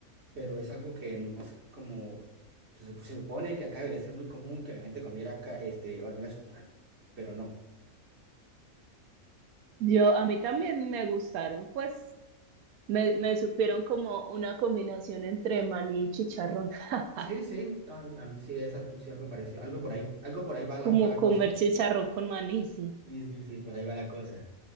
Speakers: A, on the right; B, on the right.
A: pero es algo que no es como, se, sup- se supone que acá debería ser muy común que la gente comiera ca- este, hormigas, pupas, pero no.
B: Yo, a mí también me gustaron, pues me, me supieron como una combinación entre maní y chicharrón, <laughs>
A: Sí, sí, está- a mí sí, exacto, sí, algo parecido, algo por ahí, algo por ahí va
B: como
A: la, va la
B: comer
A: cosa.
B: chicharrón con maní, sí.
A: Sí, sí, sí, por ahí va la cosa,